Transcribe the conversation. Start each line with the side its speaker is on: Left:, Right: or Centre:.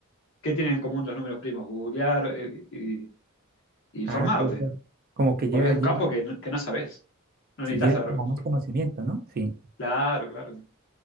Left: ¿qué tienen en común los números primos? Googlear eh, y, y informarte,
Right: Ah, sí, sí. Como que lleva,
Left: porque es
Right: lleva
Left: un campo que no, que no sabés. No
Right: sí
Left: necesitas
Right: lleva
Left: saber.
Right: como más conocimiento, ¿no? Sí,
Left: Claro, claro.